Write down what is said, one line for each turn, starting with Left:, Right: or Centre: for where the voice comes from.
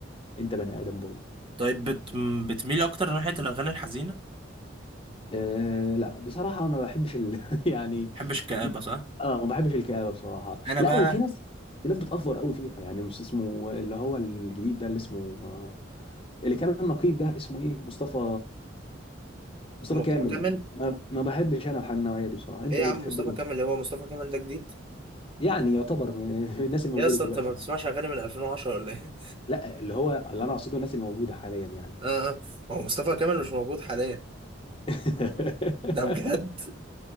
Left: انت بني ادم برضه
Right: طيب بت... بتميل اكتر ناحية الاغاني الحزينة
Left: أه لا بصراحة ما بحبش ال... <laughs> يعني
Right: محبش الكآبة صح؟
Left: اه ما بحبش الكآبة بصراحة
Right: انا
Left: لا
Right: بقى
Left: وفي ناس في ناس بتأفور قوي فيها يعني مش اسمه اللي هو الجديد ده اللي اسمه آه، اللي كان النقيب ده اسمه ايه مصطفى مصطفى
Right: مصطفى
Left: كامل
Right: كامل
Left: ما, ما بحبش انا الح- النوعية دي بصراحة انت
Right: ايه يا
Left: ايه
Right: عم
Left: بتحب
Right: مصطفى
Left: ايه
Right: كامل اللي هو مصطفى كامل ده جديد
Left: يعني يعتبر من <laughs> الناس الموجودة
Right: ايه اصلا
Left: دلوقتي
Right: انت ما بتسمعش
Left: يعني
Right: اغاني من 2010 ولا ايه
Left: لا اللي هو اللي انا اقصده الناس الموجودة حاليا يعني
Right: <laughs> اه اه ما هو مصطفى كامل مش موجود حاليا
Left: <laughs>
Right: ده بجد